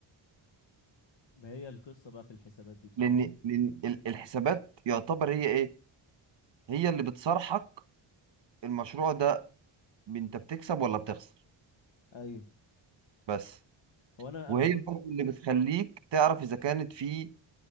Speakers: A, on the left (about 60°); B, on the right (about 60°).
A: ما هي القصة بقى في الحسابات دي بصراحة
B: لان لان ال- الحسابات يعتبر هي ايه هي اللي بتصارحك المشروع ده انت بتكسب ولا بتخسر
A: ايوه
B: بس
A: هو انا
B: وهي
A: انا كنت
B: برضه اللي بتخليك تعرف اذا كانت في